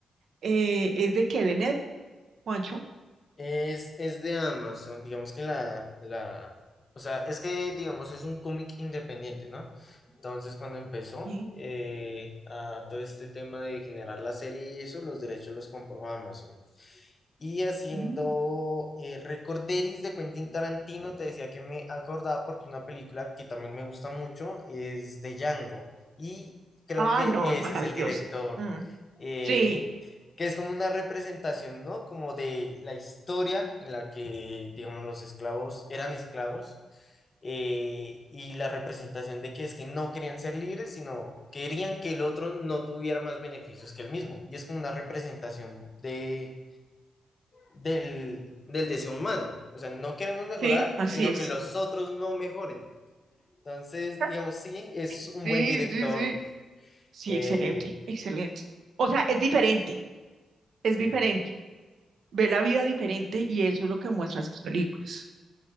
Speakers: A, on the right; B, on the left.
A: eh, es de que de Net, Juancho.
B: Es, es de Amazon, digamos que la, la, o sea, es que digamos es un cómic independiente, ¿no? Entonces, cuando empezó
A: Sí.
B: eh, a todo este tema de generar la serie y eso, los derechos los compró Amazon. Y haciendo
A: Mm.
B: eh, Recorderis de Quentin Tarantino, te decía que me acordaba porque una película que también me gusta mucho es de Django. Y creo
A: Ah,
B: que
A: no,
B: ese
A: es maravilloso.
B: es el director,
A: Mm.
B: eh,
A: Sí,
B: que es como una representación, ¿no? Como de la historia en la que, digamos, los esclavos eran esclavos eh, y la representación de que es que no querían ser libres, sino querían que el otro no tuviera más beneficios que el mismo. Y es como una representación de, del, del deseo humano. O sea, no queremos mejorar,
A: sí, así
B: sino
A: es.
B: que los otros no mejoren. Entonces,
A: <laughs>
B: digamos, sí, es un
A: Sí,
B: buen director.
A: sí, sí. Sí,
B: eh,
A: excelente, excelente. O sea, es diferente, es
B: sí.
A: diferente. Ve la vida diferente y eso es lo que muestran sus películas.